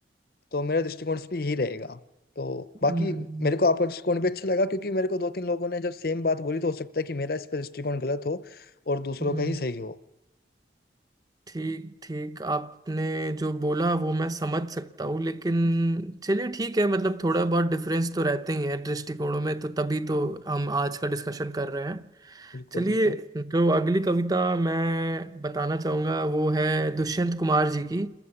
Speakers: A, on the left; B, on the right.
A: तो मेरा दृष्टिकोण इस पे यही रहेगा तो बाकी
B: हम्म,
A: मेरे को आपका दृष्टिकोण भी अच्छा लगा क्योंकि मेरे को दो तीन लोगों ने जब सेम बात बोली तो हो सकता है कि मेरा इस पर दृष्टिकोण गलत हो और दूसरों
B: हम्म।
A: का ही सही हो
B: ठीक ठीक आपने जो बोला वो मैं समझ सकता हूँ लेकिन चलिए ठीक है मतलब थोड़ा बहुत डिफरेंस तो रहते ही है दृष्टिकोणों में तो तभी तो हम आज का डिस्कशन कर रहे हैं
A: बिल्कुल
B: चलिए
A: बिल्कुल
B: जो अगली कविता मैं बताना चाहूँगा वो है दुष्यंत कुमार जी की